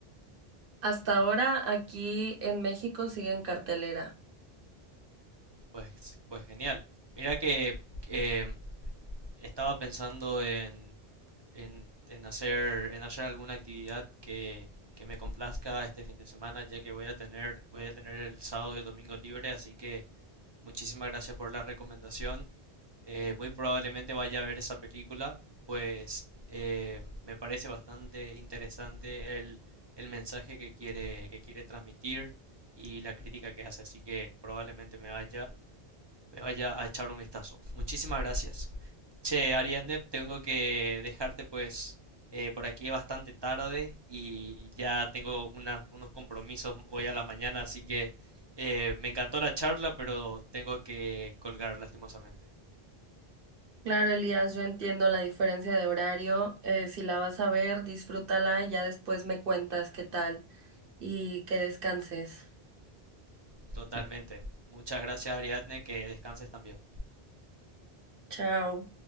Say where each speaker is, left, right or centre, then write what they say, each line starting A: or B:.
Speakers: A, on the right; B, on the right.
A: Hasta ahora aquí en México sigue en cartelera.
B: Pues, pues genial. Mira que em, estaba pensando en, en, en hacer, en hacer alguna actividad que, que me complazca este fin de semana, ya que voy a tener, voy a tener el sábado y el domingo libre, así que Muchísimas gracias por la recomendación. Eh, muy probablemente vaya a ver esa película, pues eh, me parece bastante interesante el, el mensaje que quiere, que quiere transmitir y la crítica que hace, así que probablemente me vaya me vaya a echar un vistazo. Muchísimas gracias. Che, Ariadne, tengo que dejarte pues eh, por aquí bastante tarde y ya tengo una- unos compromisos hoy a la mañana, así que eh, me encantó la charla, pero tengo que colgar lastimosamente.
A: Claro, Elías, yo entiendo la diferencia de horario. eh, si la vas a ver, disfrútala y ya después me cuentas qué tal y que descanses.
B: Totalmente. Muchas gracias, Ariadne, que descanses también.
A: Chao.